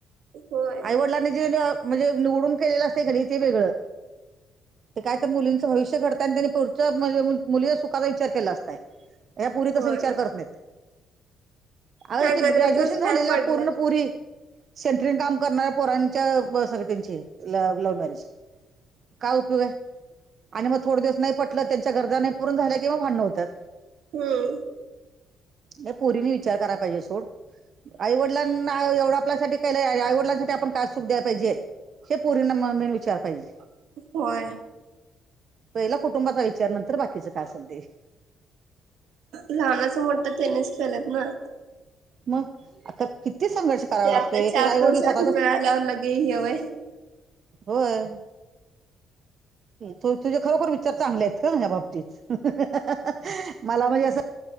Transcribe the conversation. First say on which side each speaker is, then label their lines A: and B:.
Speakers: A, on the right; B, on the right.
A: होय
B: आईवडिलांना जे म्हणजे निवडून केलेलं असतय कि नाही? तेे वेगळं. ते काय तर मुलींचं भविष्य घडतंय आणि त्यांनी पोटच्या मुली मुलीये सुखाचा विचार केला असता. या पोरी
A: होय
B: तसा विचार करत नाहीत. अये
A: काय गरजच
B: ग्रॅज्युएशन झालेलं
A: काय पडलं
B: पूर्ण पोरी सेंट्रिन काम करणाऱ्या पोरांच्या <unintelligible> त्यांचे लव्ह मॅरेज. काय उपयोग आहे. आणि मग थोड दिवस नाही पटलं, त्यांच्या गरजा नाही पूर्ण झाल्या, कि भांडण होत्यात.
A: हम्म
B: नाही पोरीने विचार कराय पाहिजे सोड. आईवडिलांना एवढं आपल्यासाठी केलंय. आईवडिलांसाठी आपण काय सुख द्याय पाहिजे. हे पोरींना <unintelligible> विचार पाहिजे.
A: होय
B: पहिला कुटुंबाचा विचार नंतर बाकीच काय असन ते.
A: लहानाचं मोठं टेनिस खेलत ना?
B: मग आता किती संघर्ष करावा
A: ते
B: लागतोय.
A: आता
B: एक
A: चार
B: एक आई वडील
A: दिवसात
B: स्वतःच्या
A: मिळाल्यावर लगे हे व्हय
B: होय. तुझे खरोखर विचार चांगले आहेत गं हया बाबतीत. हा हा हा मला म्हणजे असं